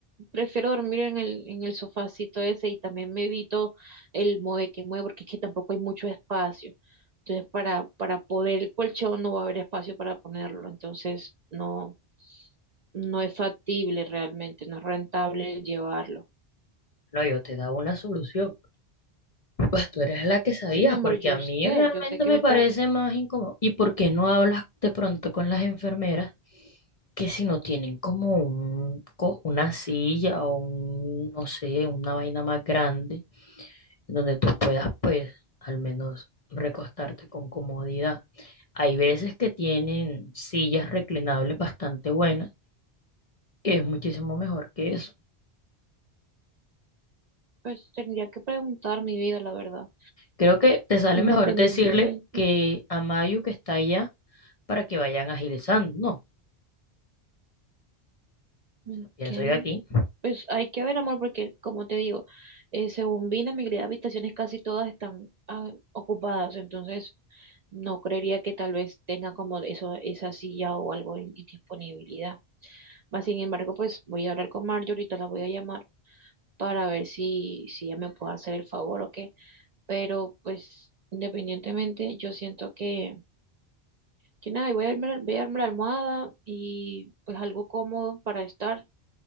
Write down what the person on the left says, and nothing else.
No, yo te daba una solución. Pues tú eres la que sabías,
porque
a mí
realmente
me
parece
más incómodo. ¿Y por qué no hablas de pronto con las enfermeras que si no tienen como un, co- una silla o un, no sé, una vaina más grande, donde tú puedas, pues, al menos recostarte con comodidad? Hay veces que tienen sillas reclinables bastante buenas, que es muchísimo mejor que eso.
Creo que te sale
mejor decirle que a Mayu que está allá para que vayan agilizando, ¿no? O
sea, pienso yo aquí.